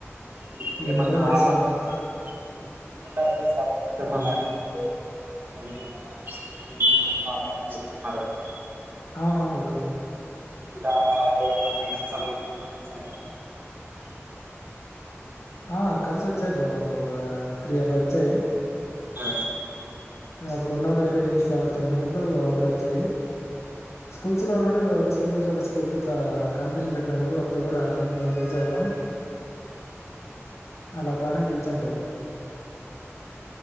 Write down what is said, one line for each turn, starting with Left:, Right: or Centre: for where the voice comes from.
Right: మీకు
Left: ఏం
Right: ఏమన్నా
Left: బ్రో వాయిస్
Right: అవార్డ్స్
Left: <unintelligible>
Right: క్రికెట్ అంటే చాలా ఇష్టం అలా నేను మళగా పినరకు ఆడారని చెప్తున్నారు కదా
Left: అవున అవును బ్రో
Right: <unintelligible>
Left: ఆ కప్స్ వచ్చాయి బ్రో మాకు ఒక త్రీ అలా వచ్చాయి
Right: ఆ
Left: మేము అప్పుడు ఉన్నప్పుడు వేరే టీమ్స్ ఆడుతున్నప్పుడు అప్పుడు వచ్చాయి స్కూల్స్ లో ఉన్నాడు ఒక స్కూల్ నుంచి ఒక స్కూల్ కి ఇట్లా కాంపిటీషన్ పెట్టినప్పుడు అప్పుడు కూడా మేము కలిస హలో అలా బానే గెలుచాం బ్రో